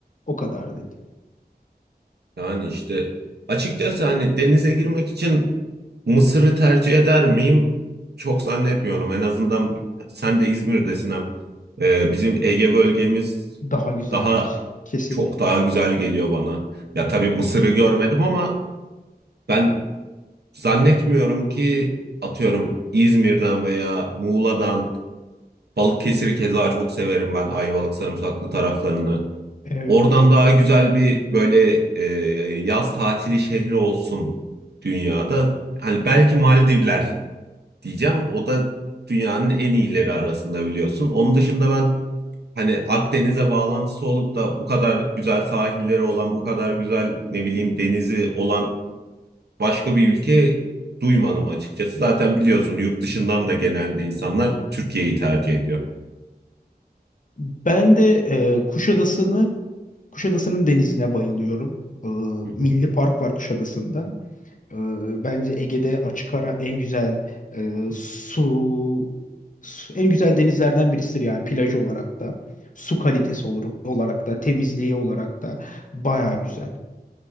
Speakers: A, on the left; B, on the right.
A: O kadar dedi.
B: Yani işte açıkçası hani denize girmek için Mısır'ı tercih eder miyim? Çok zannetmiyorum. En azından sen de İzmir'desin hem. Ee, bizim Ege bölgemiz
A: Daha güzeldir.
B: daha
A: Kesinlikle.
B: çok daha güzel geliyor bana. Ya tabii Mısır'ı görmedim ama ben zannetmiyorum ki atıyorum İzmir'den veya Muğla'dan Balıkesir'i keza çok severim ben Ayvalık sarımsaklı taraflarını.
A: Evet.
B: Oradan daha güzel bir böyle e, yaz tatili şehri olsun dünyada. Hani belki Maldivler diyeceğim. O da dünyanın en iyileri arasında biliyorsun. Onun dışında ben hani Akdeniz'e bağlantısı olup da bu kadar güzel sahilleri olan, bu kadar güzel ne bileyim denizi olan başka bir ülke duymadım açıkçası. Zaten biliyorsun yurt dışından da genelde insanlar Türkiye'yi tercih ediyor.
A: Ben de e, Kuşadası'nı Kuşadası'nın denizine bayılıyorum. Ee,
B: Hı hı.
A: Milli Park var Kuşadası'nda. Ee, bence Ege'de açık ara en güzel e, su, su- en güzel denizlerden birisidir yani plajı olarak da. Su kalitesi olur, olarak da, temizliği olarak da baya güzel.